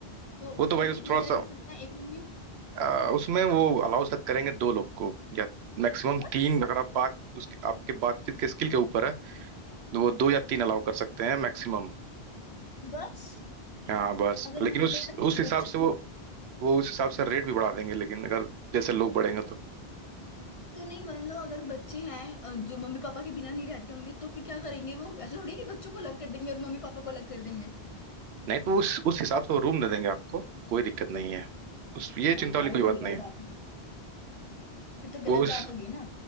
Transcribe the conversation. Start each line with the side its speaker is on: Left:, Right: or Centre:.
Left: तो
Right: वो
Left: उसमें
Right: तो भाई उस
Left: कितने
Right: थोड़ा
Left: जने
Right: सा
Left: रुक सकते हैं एक रूम में
Right: अ, उसमें वो अलाउ शायद करेंगे दो लोग को या मैक्सिमम
Left: बस
Right: तीन अगर आप बात उसकी आपके बातचीत के स्किल के ऊपर है तो वो दो या तीन अलाउ कर सकते हैं मैक्सिमम
Left: बस
Right: हाँ बस
Left: अगर
Right: लेकिन
Left: मान
Right: उस
Left: लो यार कोई
Right: उस हिसाब
Left: बच्चे
Right: से वो वो उस हिसाब से रेट भी बढ़ा देंगे लेकिन अगर जैसे लोग बढ़ेंगे तो
Left: तो नहीं मान लो अगर बच्चे हैं अ, जो मम्मी पापा के बिना नहीं रहते होंगे तो फिर क्या करेंगे वो ऐसे थोड़ी है कि बच्चों को अलग कर देंगे और मम्मी पापा को अलग कर देंगे
Right: नहीं तो उस उस हिसाब से वो रूम दे देंगे आपको कोई दिक्कत नहीं है उस ये
Left: नहीं
Right: चिंता
Left: यार
Right: वाली
Left: ये
Right: कोई बात
Left: तो गलत
Right: नहीं है
Left: बात है फिर तो गलत
Right: वो उस
Left: बात होगी ना